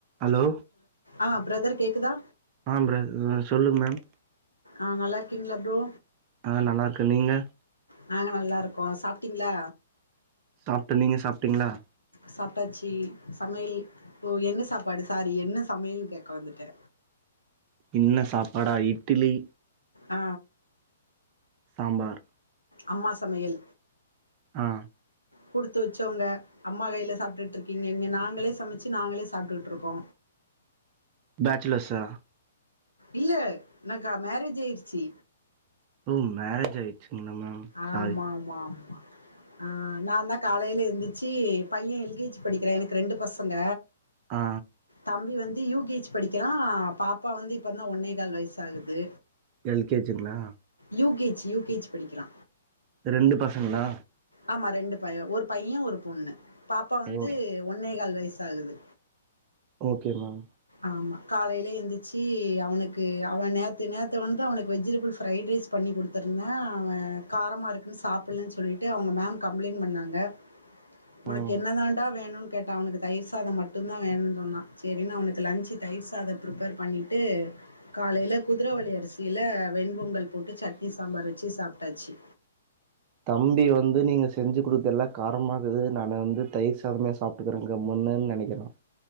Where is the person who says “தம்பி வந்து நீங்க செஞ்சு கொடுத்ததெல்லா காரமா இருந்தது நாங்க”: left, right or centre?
Right